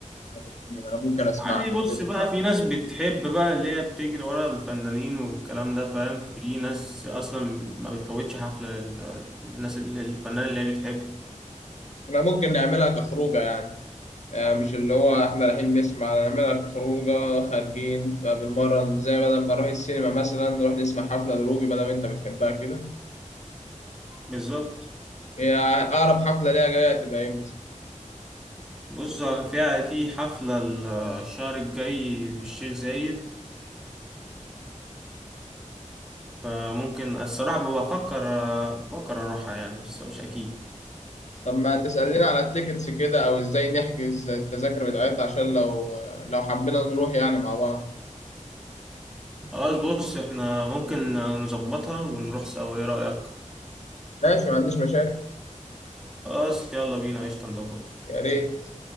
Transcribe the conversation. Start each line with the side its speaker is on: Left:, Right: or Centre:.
Left: أنا بتكلم، أنا ممكن اسمعها
Centre: عادي
Left: في
Centre: بص
Left: البيت
Centre: بقى
Left: وخلاص
Centre: في ناس بتحب بقى اللي هي بتجري ورا الفنانين والكلام ده فاهم في ناس أصلا ما بتفوتش حفلة لل- للناس اللي الفنان اللي هي بتحبه
Left: احنا ممكن نعملها كخروجه يعني آه، مش اللي هو احنا رايحين نسمع نعملها كخروجه خارجين فبنمرن زي بدل ما نروح السينما مثلا نروح نسمع حفله لروبي ما دام انت بتحبها كده
Centre: بالظبط
Left: هي اقرب حفله ليها جايه تبقى امتى
Centre: بص فيها في حفلة الشهر الجاي في الشيخ زايد فممكن الصراحة بفكر بفكر أروحها يعني بس مش أكيد
Left: طب ما تسألينا على التيكتس كده او ازاي نحجز التذاكر بتاعتها عشان لو لو حبينا نروح يعني مع بعض
Centre: خلاص بص إحنا ممكن نظبطها ونروح سوا إيه رأيك؟
Left: ماشي ما عنديش مشاكل
Centre: خلاص يلا بينا قشطة نظبطها
Left: يا ريت